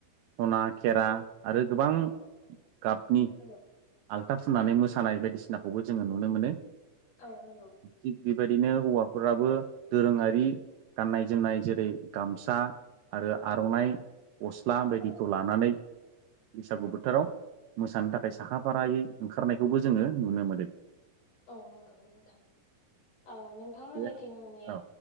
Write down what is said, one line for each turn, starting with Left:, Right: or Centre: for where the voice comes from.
Right: सना खेरा आरो गोबां
Left: औ
Right: गाबनि
Left: नंगौ
Right: आल्था फुननानै मोस सानाय बायदिसिनाखौबो जोङो नुनो मोनो
Left: औ नोंगौ
Right: थिग बेबायदिनो हौवाफोराबो दोरोङारि गाननाय जोमनाय जेरै गामसा आरो आर'नाइ गस्ला बायदिखौ
Left: औ
Right: लानानै बैसागु
Left: नंगौ
Right: बोथोराव मोसानो थाखाय साखाफारायै ओंखारनायखौबो जोङो नुनो मोनो
Left: औ नंगौ नोंथां आ नोंथांमोननिथिं
Right: बे
Left: माने
Right: औ